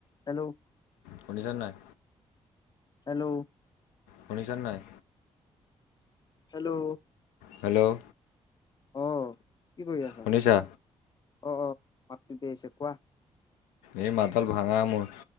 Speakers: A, on the left; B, on the left.
A: Hello
B: শুনিছান নাই?
A: Hello
B: শুনিছ নাই?
A: হেল্ল'
B: হেল্ল'
A: অ', কি কৰি আছা?
B: শুনিছা
A: অ', <unintelligible> আহিছে কোৱা
B: এই মাতডাল ভাঙা মোৰ,